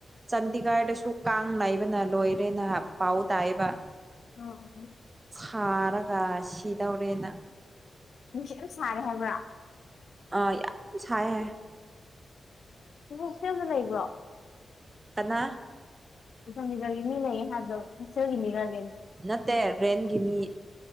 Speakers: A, on the right; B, on the left.
A: ꯆꯗꯤꯒꯥꯥꯗꯥ ꯑꯥꯡ ꯂꯩꯥꯏꯕꯅ ꯂꯣꯏꯔꯦ ꯅꯍꯥꯛ ꯄꯥꯎ ꯇꯥꯏꯌꯦꯕ
B: ꯑ ꯑ
A: ꯐꯥꯔ ꯀꯥꯁꯤꯤꯗ ꯑꯧꯔꯅ
B: ꯅꯨꯡꯁꯨ ꯑꯗꯨꯝ ꯁꯥꯔꯦ ꯍꯥꯏꯕ꯭ꯔꯥ
A: ꯑ ꯌꯥꯝ ꯁ ꯍꯥꯏ
B: ꯎꯆꯦꯜꯗ ꯂꯩꯕ꯭ꯔꯣ
A: ꯀꯅꯥ
B: ꯑꯗꯨꯔꯒꯤꯅꯤ ꯂꯩ ꯍꯥꯏꯗꯣ ꯍꯁꯦꯜꯒꯤꯅꯤꯔꯅꯤ
A: ꯅꯠꯇꯦ ꯔꯦꯟꯒꯤ ꯃꯤ